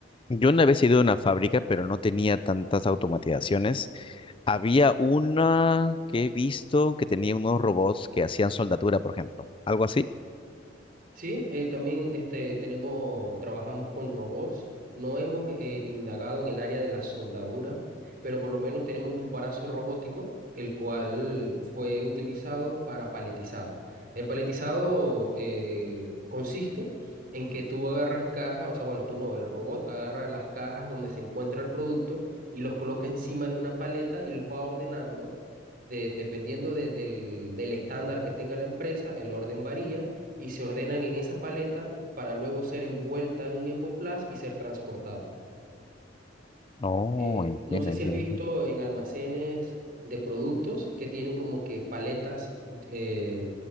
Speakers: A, on the left; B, on the right.
A: Yo una vez he ido a una fábrica, pero no tenía tantas automatizaciones. Había una que he visto que tenía unos robots que hacían soldadura, por ejemplo. ¿Algo así?
B: Sí, eh, también este, tenemos, trabajamos con robots. No hemos eh, indagado en el área de la soldadura, pero por lo menos tenemos un brazo robótico, el cual fue utilizado para paletizado. El paletizado eh, consiste en que tú agarras cajas, o sea, bueno, tú no, el robot agarra las cajas donde se encuentra el producto y los coloca encima de una paleta y los va ordenando de- dependiendo de- del, del estándar que tenga la empresa, el orden varía y se ordenan en esa paleta para luego ser envuelta en un emboplaz y ser transportado.
A: No,
B: Eh,
A: entiendo,
B: no sé si
A: entiendo.
B: has visto
A: entiendo.
B: en almacenes de productos que tienen como que paletas eh,